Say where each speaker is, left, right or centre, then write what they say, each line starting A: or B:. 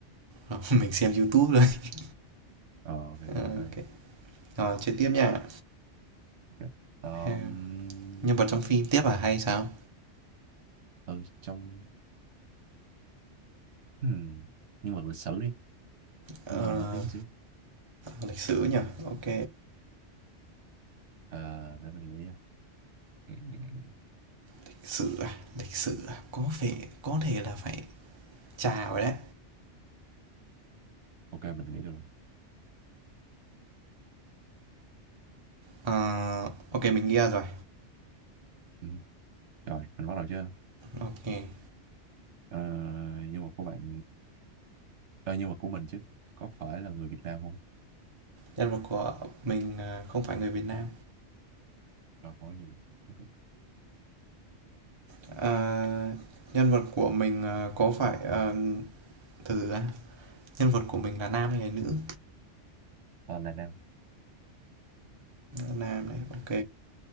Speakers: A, on the right; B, on the right.
A: <laughs> mình xem YouTube rồi. <laughs>
B: Ờ, ok,
A: ok.
B: ok.
A: Rồi chơi tiếp nha.
B: ok. Ờm,
A: Ờ, Nhân vật trong phim tiếp à hay sao?
B: ừ, trong hmm, nhưng mà lịch sử đi
A: Ờ,
B: nhưng mà nổi tiếng xíu
A: lịch sử nhỉ? Ok.
B: Ờ, để mình nghĩ Ừ, ừ, ừ.
A: Lịch sử à? Lịch sử à? Có phải có thể là phải trà rồi đấy
B: ok mình nghĩ được rồi
A: Ờ, OK, mình nghĩ ra rồi.
B: ừ. rồi mình bắt đầu chưa
A: OK,
B: Ờ, nhưng mà của bạn ờ, nhưng mà của mình chứ có phải là người Việt Nam không
A: nhân vật của mình, ờ, không phải người Việt Nam.
B: Ờ, có gì ok
A: Ờ, nhân vật của mình, ờ, có phải, ờ từ từ nhân vật của mình là nam hay là nữ?
B: Ờ, là Nam
A: Nam này, OK,